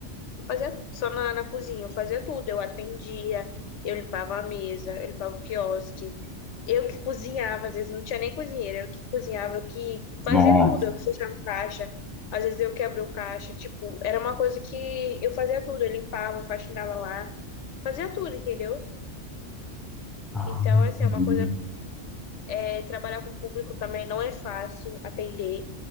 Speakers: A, on the left; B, in the centre.
A: Eu fazia só na, na cozinha, eu fazia tudo. Eu atendia, eu limpava a mesa, eu limpava o quiosque. Eu que cozinhava, às vezes não tinha nem cozinheira, eu que cozinhava, eu que fazia
B: Nossa.
A: tudo, eu que fechava caixa, às vezes eu que abria o caixa, tipo, era uma coisa que eu fazia tudo, eu limpava, faxinava lá, fazia tudo, entendeu?
B: Ah,
A: Então, assim,
B: entendi.
A: é uma coisa é, trabalhar com público também não é fácil atender.